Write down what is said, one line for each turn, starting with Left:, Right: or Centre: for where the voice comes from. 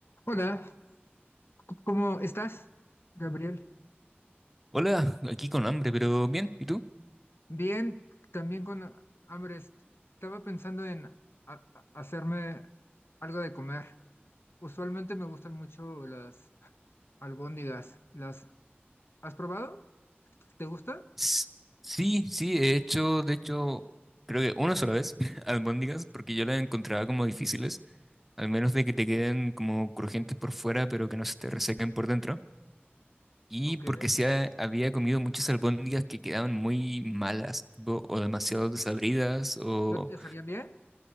Left: Hola, c- ¿cómo estás, Gabriel?
Centre: Hola, aquí con hambre, pero bien, ¿y tú?
Left: Bien, también con hambre. Estaba pensando en ha- ha- hacerme algo de comer. Usualmente me gustan mucho las albóndigas. ¿Las has probado? ¿Te gusta?
Centre: S- Sí, sí, he hecho, de hecho, creo que una sola vez, <laughs> albóndigas, porque yo las encontraba como difíciles, al menos de que te queden como crujientes por fuera, pero que no se te resequen por dentro. Y
Left: Ok.
Centre: porque sí ha- había comido muchas albóndigas que quedaban muy malas, tipo, o demasiado desabridas, o,
Left: ¿No te salían bien?